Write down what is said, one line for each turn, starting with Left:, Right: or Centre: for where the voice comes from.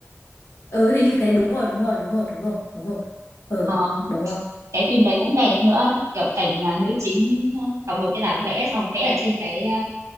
Left: ờ hình như thế đúng rồi đúng rồi đúng rồi đúng rồi đúng rồi ờ
Right: Ờ
Left: đúng rồi
Right: cái phim đấy cũng đẹp nữa, kiểu cảnh ờ, nữ chính ờ, có một cái bảng vẽ xong rồi vẽ ở trên cái ờ,